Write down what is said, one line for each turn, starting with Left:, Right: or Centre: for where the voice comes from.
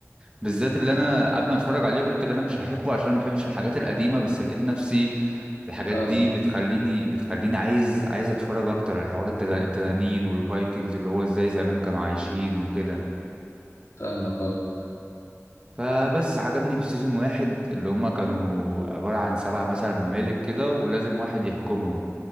Right: بالذات اللي انا قبل ما اتفرج عليه قلت اللي انا مش هحبه عشان ما بحبش الحاجات القديمة بس لقيت نفسي الحاجات
Left: فاهمك
Right: دي بتخليني بتخليني عايز عايز اتفرج اكتر على حوار التنا- التنانين والفايكنجز اللي هو ازاي زمان كانوا عايشين وكده
Left: فاهمك اه
Right: فبس عجبني في سيزون واحد اللي هما كانوا عبارة عن سبع مثلا ممالك كده ولازم واحد يحكمهم